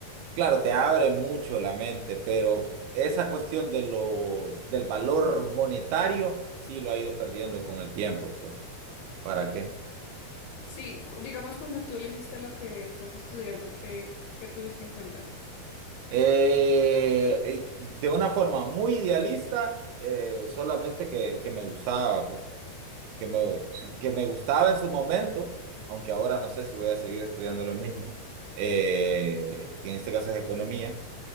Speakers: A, on the right (about 80°); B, on the left (about 80°).
A: claro, te abre mucho la mente, pero esa cuestión de lo, del valor monetario, sí lo ha ido perdiendo con el tiempo, pues, ¿para qué?
B: Sí, cu- digamos cuando tú elegiste lo que estás estudiando, ¿qué, qué tuviste en cuenta?
A: Eh, de una forma muy idealista, eh, solamente que, que me gustaba, pues, que me, que me gustaba en su momento, aunque ahora no sé si voy a seguir estudiando lo mismo, eh, que en este caso es economía,